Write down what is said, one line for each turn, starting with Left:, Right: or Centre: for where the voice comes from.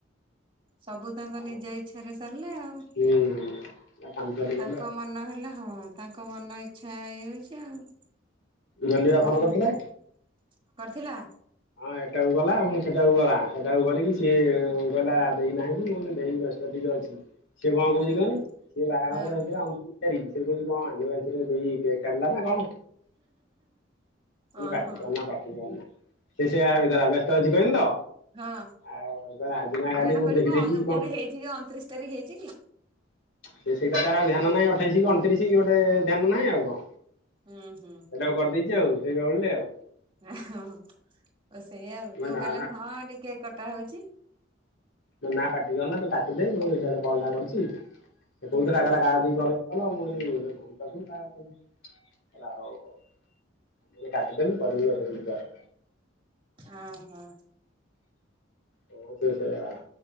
Right: ସବୁ ତାଙ୍କ
Left: ହଁ
Right: ନିଜ ଇଛାରେ ସାରିଲେ ଆଉ।
Left: ହୁଁ ହୁଁ ଆ କାଲି
Right: ତାଙ୍କ
Left: ଗଲା
Right: ମନ ହେଲା ହଁ ତାଙ୍କ ମନ ଇଚ୍ଛା ଇଏ ହୋଉଛି ଆଉ।
Left: ଜଲିଆ
Right: ଆଉ କହିବେ
Left: ଫୋନ କରିଥିଲା?
Right: କଣ କରିଥିଲା?
Left: ସେଇଟାକୁ ଗଲା ଏବଂ ସେଟାକୁ ଗଲା ସେଟାକୁ କରିକି ସିଏ କହିଲା ଦେଇନାହିଁ କି ମାନେ ଦେଇ ବ୍ୟସ୍ତ ଟିକେ ଅଛି। ସେ କଣ କହୁଛି
Right: ହଁ
Left: କହନି ସେ ବାହାଘର
Right: ହଁ
Left: ତା ଭିତରେ ଆଣୁଛନ୍ତି ଫେରିକି। ସେ କହୁଛି କଣ ଆନିବର୍ସରୀ ଦେଇ କେକ କାଟିଲା ନା କଣ? କହିନି
Right: ଓହୋ
Left: ପାଟି କରନା ପାଟି କରନା। ସେ ସେଆ ଭାବି ଦେଲା ବ୍ୟସ୍ତ ଅଛି କହିନି ତ
Right: ହଁ
Left: ଆଉ ହ ଆଜିନା କାଲି
Right: ନା ନା
Left: କୋଉଠି
Right: କହିଲି
Left: ଦେଖିଦେଇଛି କଣ
Right: କୋଉଠି ହେଇଛି କି ଅଣତିରିଶ ତାରିଖ ହେଇଛି କି?
Left: ସେ ସେଇଟା ତାର ଆଉ ଧ୍ୟାନ ନାହିଁ ଅଠେଇଶି କି ଅଣତିରିଶି ଗୋଟେ ଧ୍ୟାନ ନାହିଁ ଆଉ କଣ।
Right: ହୁଁ ହୁଁ।
Left: ସେଇଟାକୁ କରିଦେଇଛି ଆଉ ସେଇ ବାଉଳିରେ ଆଉ
Right: ଓ ସେଇଆ ଆଉ
Left: ମୁଁ
Right: ତମେ
Left: ନା
Right: କହିଲନି
Left: ନା
Right: ହଁ ଏଠେ କେକ କଟା ହଉଛି।
Left: କହିଲି ନା ପାଟି କରନା ତୁ କାଟିଦେ ମୁଁ ହିଆଡୁ କଲ ଟା କରିଛି। ସେ କହୁଥିଲା
Right: ହଁ
Left: କଲା କାହାକତିକି କଲ କଲ ମୁ କହିଲି ଭଉଣୀ ପାଖକୁ କାହା ପାଖକୁ କହିଁଲା ହଉ ହଉ। ମୁ କହିଲି କାଟି ଦେ ମୁଁ କରିବି ଦଶ ମିନିଟ୍ ପରେ।
Right: ଅଁ ହୋ।
Left: ହ ସେ ସେଇଆ